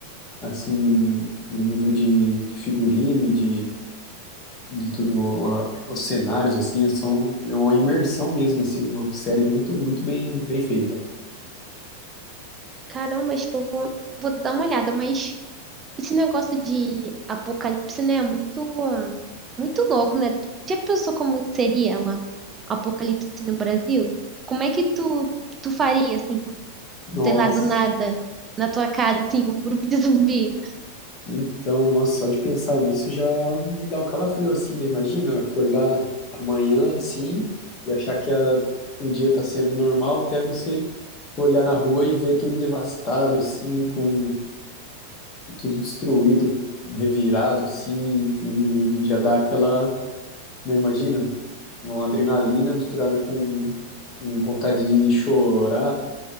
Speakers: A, on the left; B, on the right.
A: assim, no, no nível de, de figurino e de de tudo, a- os cenários, assim, são é uma imersão mesmo, assim, uma série muito, muito bem, bem feita.
B: Caramba, acho que eu vou, vou dar uma olhada, mas esse negócio de apocalipse, né, é muito, ah, muito louco, né? Já pensou como seria um apocalipse assim no Brasil? Como é que tu, tu faria, assim?
A: Nossa,
B: sei lá, do nada, na tua casa, assim, um grupo de <laughs> zumbi.
A: então, nossa, só de pensar nisso já me dá um calafrio, assim, né? Imagina acordar amanhã, assim, e achar que a- o dia tá sendo normal até você olhar na rua e ver tudo devastado, assim, com tudo destruído, revirado, assim, e, e já dá aquela, né? Imagina. Uma adrenalina misturada com, com vontade de chorar